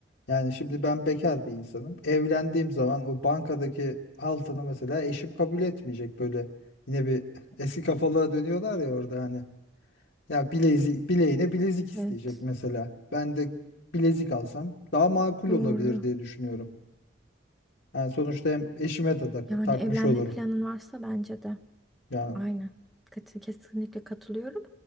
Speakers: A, on the left; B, in the centre.
A: yani şimdi ben bekar bir insanım. Evlendiğim zaman o bankadaki altını mesela eşim kabul etmeyecek. Böyle yine bir eski kafalara dönüyorlar ya orada hani. Ya bilezik, bileğine bilezik isteyecek
B: Evet,
A: mesela. Ben de bilezik alsam daha makul
B: doğru.
A: olabilir diye düşünüyorum. Yani sonuçta hem eşime de tak-
B: Yani
A: takmış
B: evlenme
A: olurum.
B: planın varsa bence de.
A: Yani
B: Aynen. Kat- Kesinlikle katılıyorum.